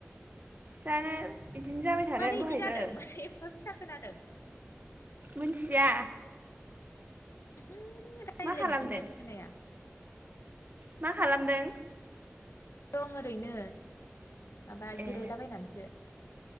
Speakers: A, on the right; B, on the left.
A: जानो बिदिनो जाबाय थादों
B: मानो
A: दहायबो।
B: इदि जादों मानो एफा फिसा खोनादों
A: मिथिया।
B: ओम रायज्लायनायखौनो
A: मा खालामदों
B: जेबो खोनाया।
A: मा खालामदों?
B: दं ओरैनो माबा जिरायलाबायनानैसो।
A: ए